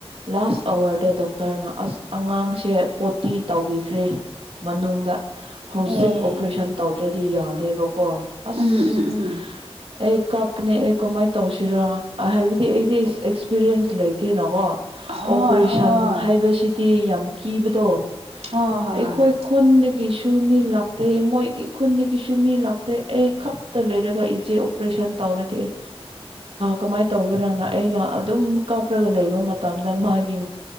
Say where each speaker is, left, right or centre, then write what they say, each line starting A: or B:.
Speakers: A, on the right (about 60°); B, on the right (about 80°).
A: ꯂꯥꯁ ꯑꯋꯥꯔꯗ ꯗꯣꯛꯇꯔꯅ ꯑꯁ ꯑꯉꯥꯡꯁꯦ ꯄꯣꯇꯤ ꯇꯧꯕꯤꯈ꯭ꯔꯦ ꯃꯅꯨꯡꯗ ꯍꯧꯖꯤꯛ
B: ꯑꯦ
A: ꯑꯣꯄꯔꯦꯁꯟ ꯇꯧꯗ꯭ꯔꯗꯤ ꯌꯥꯗꯦꯕꯀꯣ ꯑꯁ
B: ꯎꯝ ꯎꯝ ꯎꯝ
A: ꯑꯦ ꯀꯞꯄꯅꯦ ꯑꯦ ꯀꯃꯥꯏꯅ ꯇꯧꯁꯤꯔꯣ ꯍꯥꯏꯕꯗꯤ ꯑꯩꯗꯤ ꯑꯦꯛꯁꯄꯤꯔꯤꯌꯦꯟꯁ ꯂꯩꯇꯦꯅꯀꯣ
B: ꯍꯣꯏ
A: ꯑꯣꯄꯔꯦꯁꯟ
B: ꯍꯣꯏ
A: ꯍꯥꯏꯕꯁꯤ ꯌꯥꯝ ꯀꯤꯕꯗꯣ
B: ꯍꯣꯏ
A: ꯑꯩꯈꯣꯏ ꯈꯨꯟ ꯒꯤꯁꯨ ꯃꯤ ꯂꯥꯛꯇꯦ ꯃꯣꯏꯒꯤ ꯈꯨꯟꯗꯒꯤꯁꯨ ꯃꯤ ꯂꯥꯛꯇꯦ ꯑꯩ ꯈꯛꯇ ꯂꯩꯔꯒ ꯏꯆꯦ ꯑꯣꯄꯔꯦꯁꯟ ꯇꯧꯔꯗꯤ ꯀꯃꯥꯏꯅ ꯇꯧꯒꯦꯔꯅ ꯑꯩꯅ ꯑꯗꯨꯝ ꯀꯥꯞꯔꯒ ꯂꯩꯕ ꯃꯇꯝꯗ ꯃꯥꯒꯤ